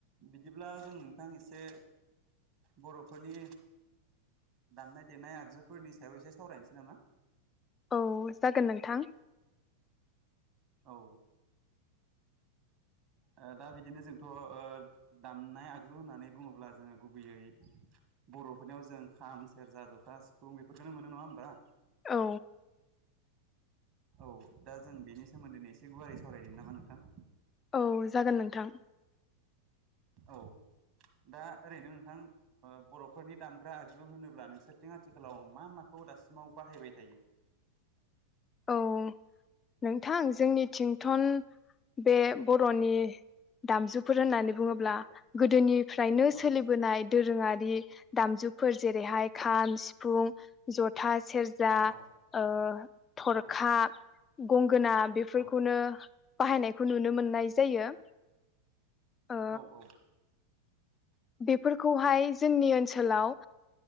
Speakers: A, on the right; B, on the left.
A: बिदिब्ला जों नोंथां एसे बर'फोरनि दामनाय देनाय आगजुफोरनि सायाव एसे सावरायनोसै नामा
B: औ जागोन नोंथां
A: औ ओ दा बिदिनो जोंथ' ओ दामनाय आगजु होननानै बुङोब्ला जोङो गुबैयै बर'फोरनियाव जों खाम सेरजा जथा सिफुं बेफोरखौनो मोनो नङा होमबा
B: औ
A: औ दा जों बेनि सोमोन्दैनोै एसे गुवारै सावरायनो नामा नोंथां
B: औ जागोन नोंथां
A: औ दा ओरैनो नोंथां ओ बर'फोरनि दामग्रा आगजु होनोब्ला नोंसोरथिं आथिखालाव मा माखौ दासिमाव बाहायबाय थायो <inaudible>
B: औ नोंथां जोंनि थिंथन बे बर'नि दामजुफोर होननानै बुङोब्ला गोदोनिफ्रायनो
A: औ
B: सोलिबोनाय दोरोङारि दामजुफोर जेरैहाय खाम सिफुं जथा सेरजा
A: औ
B: ओ थरखा
A: औ
B: गं- गोना बेफोरखौनो
A: औ
B: बाहायनायखौ नुनो मोननाय जायो ओ
A: औ औ
B: फोरखौहाय जोंनि ओनसोलाव